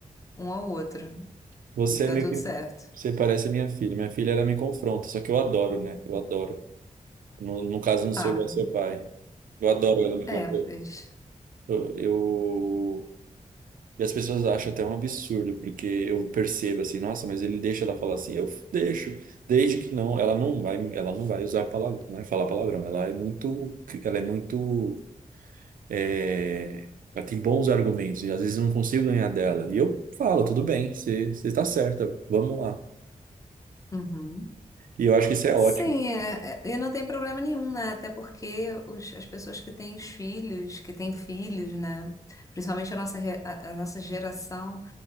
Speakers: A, on the left; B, on the right.
A: um ao outro.
B: Você
A: E tá
B: é meio
A: tudo
B: que.
A: certo.
B: Você parece minha filha. Minha filha, ela me confronta, só que eu adoro, né? Eu adoro. No, no caso, eu não sou
A: Ah,
B: igual ao seu pai. Eu adoro ela me
A: é,
B: confrontar.
A: pois.
B: Eu, eu- E as pessoas acham até um absurdo, porque eu percebo assim, nossa, mas ele deixa ela falar assim. Eu deixo. Desde que não, ela não vai, ela não vai usar palavrão, não vai falar palavrão. Ela é muito. Ela é muito. é, Ela tem bons argumentos e às vezes eu não consigo ganhar dela. E eu falo, tudo bem, você você está certa, vamos lá.
A: Uhum.
B: E eu acho que isso é ótimo.
A: Sim, é- é- e não tem problema nenhum, né? Até porque os- as pessoas que têm os filhos, que têm filhos, né? Principalmente a nossa, re- a, a nossa geração,